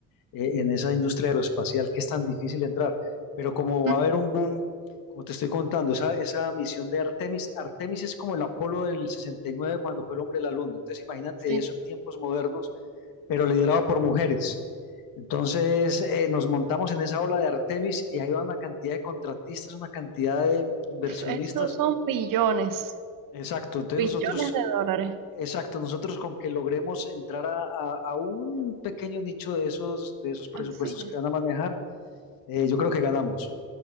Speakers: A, on the left; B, on the right.
A: eh, en esa industria aeroespacial que es tan difícil entrar. Pero como va
B: Ujú.
A: a haber un boom, como te estoy contando, esa, esa misión de Artemis, Artemis es como el Apolo del 69 cuando fue el hombre a la luna. Entonces imagínate
B: Sí.
A: eso en tiempos modernos, pero liderado por mujeres. Entonces eh, nos montamos en esa ola de Artemis y ahí va una cantidad de contratistas, una cantidad de inversionistas.
B: Uf, esos son billones,
A: Exacto, entonces
B: billones
A: nosotros,
B: de dólares.
A: exacto, nosotros con que logremos entrar a, a- a un pequeño nicho de esos, de esos presupuestos
B: Así es.
A: que van a manejar, eh, yo creo que ganamos.